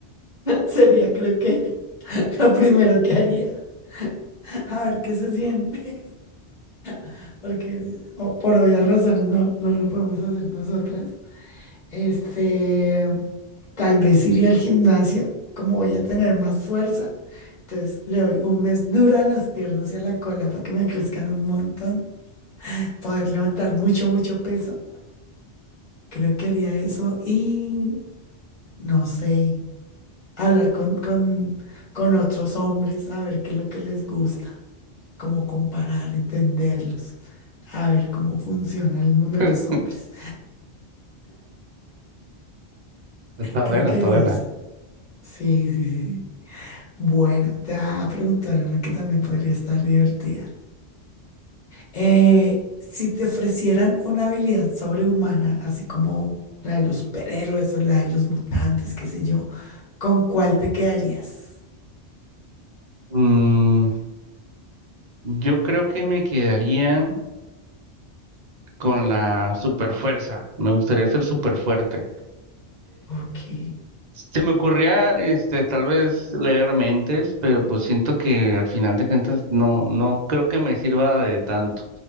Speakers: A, on the left; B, on the right.
A: <laughs> Sería, creo que, lo primero que haría. A ver qué se siente. <laughs> Porque oh, por obvias razones no, no lo podemos hacer nosotras. Este, tal vez iría al gimnasio, como voy a tener más fuerza. Entonces le doy un mes duro a las piernas y a la cola para que me crezcan un montón, poder levantar mucho, mucho peso. Creo que haría eso y no sé, hablar con, con, con otros hombres a ver qué es lo que les gusta, como comparar, entenderlos, a ver cómo funciona el mundo de
B: <laughs>
A: los hombres.
B: Está
A: Creo
B: buena,
A: que
B: está
A: haría
B: buena.
A: eso. Sí, sí, sí. sí. Bueno, te voy a preguntar una que también podría estar divertida. Eh, si te ofrecieran una habilidad sobrehumana, así como la de los superhéroes o la de los mutantes, qué sé yo, ¿con cuál te quedarías?
B: Mm, yo creo que me quedaría con la super fuerza. Me gustaría ser súper fuerte.
A: Ok,
B: Se me ocurría, este, tal vez leer mentes, pero pues siento que al final de cuentas no, no creo que me sirva de tanto.